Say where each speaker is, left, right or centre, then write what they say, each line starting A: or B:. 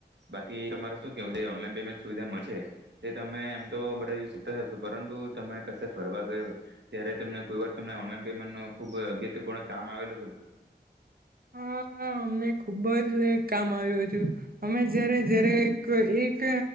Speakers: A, on the right; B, on the right.
A: બાકી તમારે શું કેવું ઓનલાઈન પેમેન્ટ સુવિધામાં છે તે તમે એમ તો બધા યુતા હશો પરંતુ તમે ક ફરવા ગયો ત્યારે તને કોઈ વાર તને ઓનલાઈન પેમેન્ટ ન ખુબ અગત્યપૂર્ણ કામ આવેલું કે
B: હા અમને ખુબ જ કામ આવ્યું હતું અમે જય્યારે જય્યારે એક